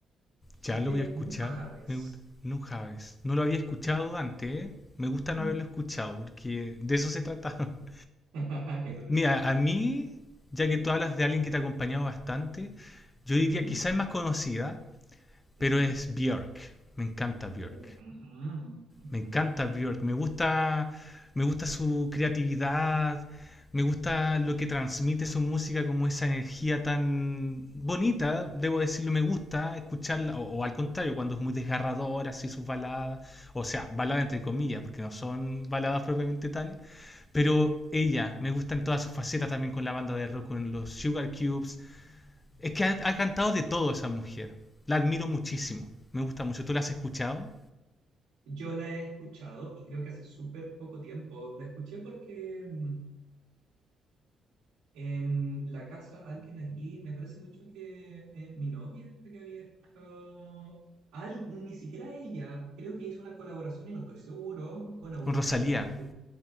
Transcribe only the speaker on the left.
ya
lo voy a escuchar.
Me gusta. No Javes, no lo había escuchado
antes, ¿eh? Me gusta
no haberlo escuchado, porque de eso se trata. <laughs>
Mira,
a mí, ya
que tú hablas de alguien que te ha acompañado bastante, yo diría
quizás es más conocida, pero
es Björk. Me encanta Björk.
Me encanta
Björk. Me gusta, me gusta su creatividad. Me gusta lo que transmite su música, como esa energía tan bonita, debo decirlo, me gusta escucharla, o, o al contrario, cuando es muy desgarradora, así sus baladas, o sea, baladas entre comillas, porque no son baladas propiamente tales pero ella, me gusta en todas sus facetas también con la banda de rock, con los Sugar Cubes. Es que ha, ha cantado de todo esa mujer. La admiro muchísimo. Me gusta mucho. ¿Tú la has escuchado?
Con Rosalía